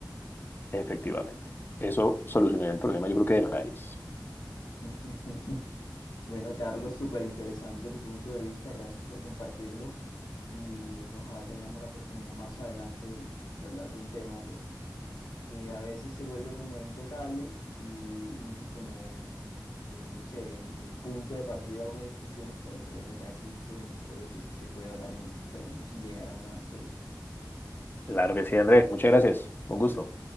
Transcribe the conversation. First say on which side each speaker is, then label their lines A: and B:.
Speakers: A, on the left; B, on the left.
A: Efectivamente. Eso solucionaría el problema, yo creo que de raíz.
B: <laughs> Bueno, Carlos, súper interesante tu punto de vista. Gracias por compartirlo. Y bueno, ojalá tengamos la oportunidad más adelante de, de hablar de un tema, pues, que a veces se vuelve como intocable y, y- y como, eh, no sé, el, el punto de partida de una discusión, pero que bueno, ya aquí se demostró de que sí se puede hablar en otros términos y llegar a una solución.
A: Claro que sí, Andrés. Muchas gracias. Un gusto.